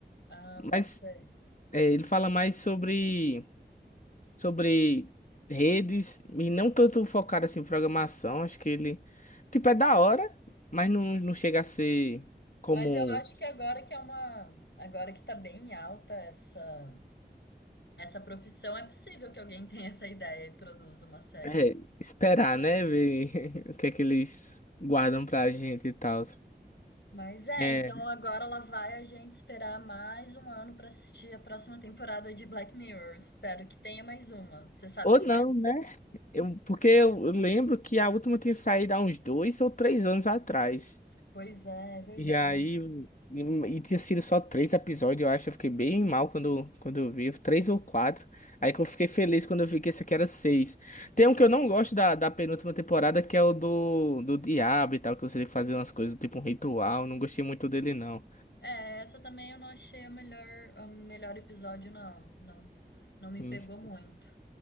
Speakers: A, on the left; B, on the left.
A: Ah,
B: Mas
A: pode ser.
B: é, ele fala mais sobre, sobre redes e não tanto focado assim em programação. Acho que ele. Tipo, é da hora, mas não, não chega a ser como.
A: Mas eu acho que agora que é uma, agora que tá bem alta essa essa profissão, é possível que alguém <laughs> tenha essa ideia e produza uma série
B: É,
A: assim.
B: esperar, né? Ver <laughs> o que é que eles guardam pra gente e tal.
A: Mas é,
B: É,
A: então agora lá vai a gente esperar mais um ano pra assistir a próxima temporada de Black Mirror. Espero que tenha mais uma. Você sabe
B: Ou
A: se
B: não,
A: foi a última?
B: né? Eu, porque eu lembro que a última tinha saído há uns dois ou três anos atrás.
A: Pois é, é verdade.
B: E aí. E, e tinha sido só três episódios, eu acho. Eu fiquei bem mal quando, quando eu vi. Três ou quatro. Aí que eu fiquei feliz quando eu vi que esse aqui era seis. Tem um que eu não gosto da, da penúltima temporada, que é o do, do diabo e tal, que você tem que fazer umas coisas, tipo um ritual. Não gostei muito dele, não.
A: É, essa também eu não achei a melhor, o melhor episódio, não. Não, não me
B: Isso.
A: pegou muito.